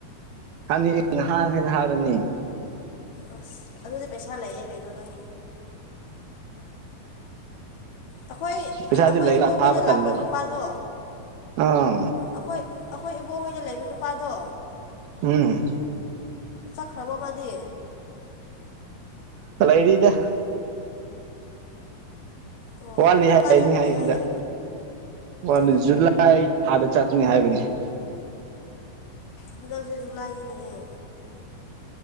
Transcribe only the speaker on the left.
ꯑꯁ ꯑꯗꯨꯗꯤ ꯄꯩꯁꯥ ꯂꯩꯌꯦꯦ ꯀꯩꯅꯣ ꯅꯪ ꯑꯩꯈꯣꯏ
ꯑꯩꯈꯣꯏ
ꯏꯕꯨꯡꯈꯣꯏꯗ
ꯂꯥꯛꯄ
ꯅꯨꯄꯥꯗꯣ
ꯑꯩꯈꯣꯏ ꯑꯩꯈꯣꯏ ꯏꯕꯨꯡꯍꯣꯏꯗ ꯂꯩꯕ ꯅꯨꯄꯥꯗꯣ
ꯆꯠꯈ꯭ꯔꯕ ꯃꯥꯗꯤ
ꯑꯣ
ꯀꯔꯝ
ꯀꯥꯟ ꯆꯠꯀꯅꯤ
ꯍꯥꯏꯌꯦ
ꯑꯣ
ꯍꯗꯛꯁꯦ ꯑꯗꯨ ꯂꯥꯏꯒꯅꯦꯍꯦ